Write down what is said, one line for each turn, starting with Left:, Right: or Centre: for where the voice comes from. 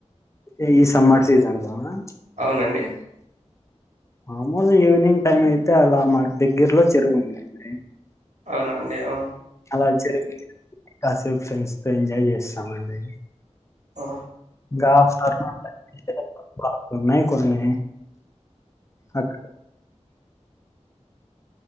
Left: ఏ ఇస్ సమ్మర్ సీజన్ లోనా
Right: అవునండి
Left: మామూలుగా ఈవెనింగ్ టైం అయితే అలా మా దగ్గరలో చెరువుందండి
Right: అవునా అండి ఆ
Left: అలా <inaudible> కాసేపు ఫ్రెండ్స్ తో ఎంజాయ్ చేస్తామండి
Right: ఆ
Left: ఇంగా ఎ <unintelligible> ఉన్నాయి కొన్ని అక్